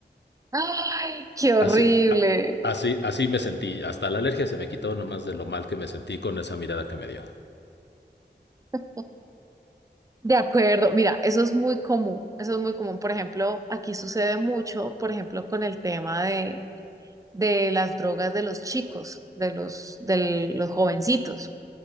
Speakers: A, on the right; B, on the left.
A: Ay, qué horrible.
B: Así, a- así, así me sentí, hasta la alergia se me quitó nomás de lo mal que me sentí con esa mirada que me dio.
A: <laughs> De acuerdo, mira, eso es muy común, eso es muy común. Por ejemplo, aquí sucede mucho, por ejemplo, con el tema de, de las drogas de los chicos, de los, de los jovencitos,